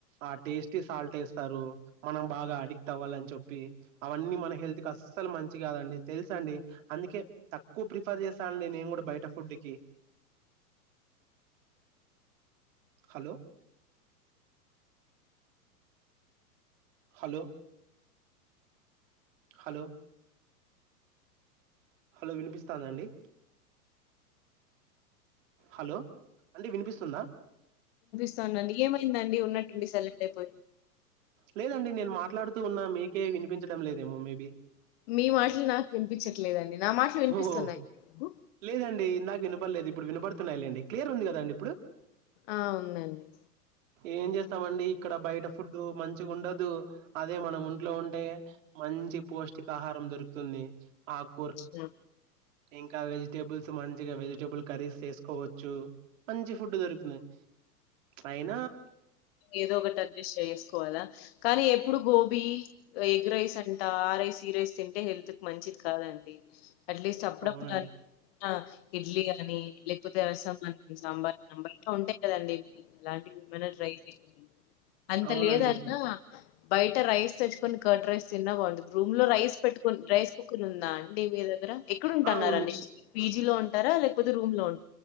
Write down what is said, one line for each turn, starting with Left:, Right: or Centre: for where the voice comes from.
Right: ఆ టేస్టీ సాల్ట్ ఏస్తారు మనం బాగా అడిక్ట్ అవ్వాలని చెప్పి అవన్నీ మన హెల్త్ కి అస్సలు మంచి కాదండి తెలుసండి అందుకే తక్కువ ప్రిఫర్ చేస్తా అండి నేను కూడా బయట ఫుడ్ కి హలో హలో హలో హలో వినిపిస్తాందా అండి హలో అండి వినిపిస్తుందా
Left: వినిపిస్తోంది అండి ఏమైందండి ఉన్నట్టుండి సైలెంట్ అయిపో
Right: లేదండి నేను మాట్లాడుతూ ఉన్నా మీకే వినిపించడం లేదేమో మేబీ
Left: మీ మాటలు నాకు వినిపించట్లేదండి నా మాట్లు వినిపిస్తున్నాయ
Right: ఓహో
Left: అండి మీకు
Right: లేదండి ఇందాక వినపల్లేదు ఇప్పుడు వినపడుతున్నాయ్ లేండి క్లియర్ ఉంది కదా అండి ఇప్పుడు
Left: ఆ ఉందండి
Right: ఏం జేస్తామండి ఇక్కడ బయట ఫుడ్డు మంచిగుండదు అదే మన వుంట్లో ఉంటే మంచిగ్ పోష్టికాహారం దొరుకుతుంది ఆక్
Left: అ
Right: ఇంకా వెజిటేబుల్స్ మంచిగా వెజిటేబుల్ కర్రీస్ చేసుకోవచ్చు మంచి ఫుడ్ దొరుకుతుంది పైన్
Left: ఏదో ఒకటి అడ్జస్ట్ చేసుకోవాలా కానీ ఎప్పుడు గోబీ ఎగ్ రైస్ అంట ఆ రైస్ ఈ రైస్ తింటే హెల్త్ మంచిది కాదండి అట్లీస్ట్ అప్పుడప్పుడు
Right: అవునండి
Left: అన్నా ఇడ్లీ గాని లేకపోతే రసం గాని సాంబార్ ఉంటాయి కదండి అలాంటివి ఏమైనా ట్రై జేయండి అంత
Right: అవునండి
Left: లేదన్నా బయట రైస్ తెచ్చుకొ ని కర్డ్ రైస్ తిన్నా బాగుంటుంది రూమ్ లో రైస్ పెట్టుకు రైస్ కుక్కర్ ఉందా అండి మీ దగ్గర ఎక్కడ ఉంటున్నారండి
Right: ఆ ఉంది
Left: పీజీ లో ఉంటారా లేకపోతే రూమ్ లో ఉం